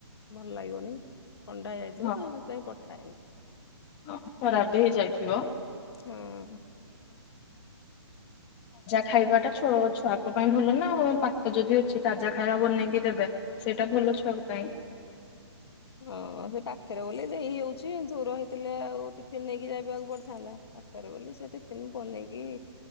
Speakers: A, on the left; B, on the left.
A: ଭଲ ଲାଗେନି। ଥଣ୍ଡା ହେଇଯାଇଥିବ
B: ହଁ
A: ତ ମୁଁ ସେଥିପାଇଁ ଥାଏ।
B: ହଁ ଖରାପ ବି ହେଇଯାଇଥିବ?
A: ହୁଁ
B: ଖାଇବା ଟା <unintelligible> ଛୁଆଙ୍କ ପାଇଁ ଭଲ ନା ଆଉ ପାଖ ଯଦି ଅଛି ତାଜା ଖାଇବା ବନେଇକି ଦେବେ ସେଇଟା ଭଲ ଛୁଆଙ୍କ ପାଇଁ।
A: ହଁ ସେ ପାଖରେ ବୋଲି ଦେଇ ଯାଉଛି ଯୋଉ ରହିଥିଲେ ଆଉ ଟିଫିନ ନେଇକି ଯାଇବାକୁ ପଡିଥାନ୍ତା ପାଖରେ ବୋଲି ସେ ଟିଫିନ ବନେଇକି